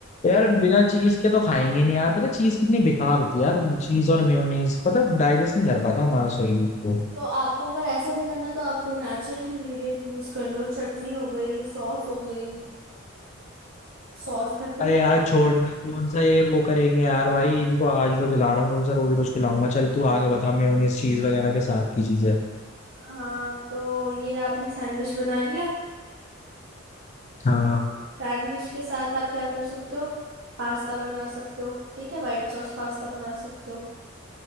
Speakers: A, on the left; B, on the right.
A: यार बिना चीज के तो खाएंगे नहीं यार पता चीज कितनी बेकार होती है यार चीज और मेयोनीज पता डाइजेस्ट नहीं कर पाता हमारा शरीर को
B: तो आपको अगर ऐसा नहीं करना तो आप कोई नेचुरल इंग्रेडिएंट यूज कर लो चटनी हो गई सॉस हो गई सॉस घर पे
A: अरे
B: बना
A: यार छोड़ना कौन सा ये वो करेंगे यार भाई इनको आज ही तो खिला रहा हूँ कौन सा रोज रोज खिलाऊंगा चल तू आगे बता मेयोनीज चीज वगैरह के साथ की चीज है
B: हाँ तो ये आपने सैंडविच बना लिया
A: हाँ
B: सैंडविच के साथ आप क्या कर सकते हो पास्ता बना सकते हो ठीक है व्हाइट सॉस पास्ता बना सकते हो